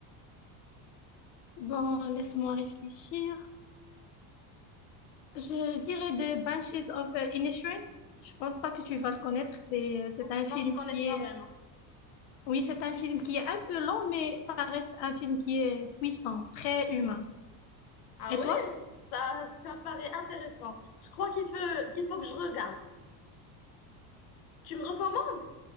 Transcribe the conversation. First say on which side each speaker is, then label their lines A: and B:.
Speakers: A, on the left; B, on the left.
A: Bon, laisse-moi réfléchir. Je, je dirais The Banshees of euh, Inisherin. Je pense pas que tu vas le connaître. C'est, c'est un
B: Non,
A: film
B: je connais
A: qui
B: pas
A: est,
B: vraiment.
A: oui, c'est un film qui est un peu long, mais ça reste un film qui est puissant, très humain.
B: Ah
A: Et
B: ouais,
A: toi?
B: ça, ça paraît intéressant. Je crois qu'il faut, qu'il faut que je regarde. Tu me recommandes?